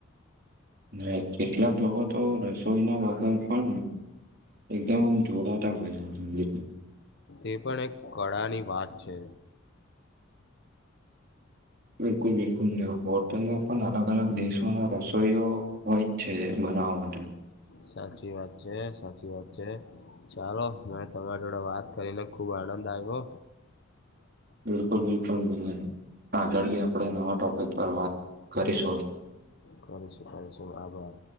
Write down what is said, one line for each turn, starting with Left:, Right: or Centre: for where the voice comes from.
Right: ના કેટલાક લોકો, તો રસોઈના વગર પણ એકદમ, આમ જોોડાતા ભય જા
Left: તે પણ, એક કળાની વાત છે.
Right: બિલકુલ, બિલકુલ હોટલમા, પણ અલગ, અલગ દેશોનો રસોઈઓ હોય જ છે બ અવા વા
Left: સાચી વાત છે, સાચી વાત છે, ચાલો મેને તમારી જોડે વાત કરી લે ખુબ, આનંદ દઈવો
Right: બિલકુલ, બિલકુલ મને આગળ, આપણે નવાો કો વાત, કરી શ
Left: કરીશું કરીશું આભાર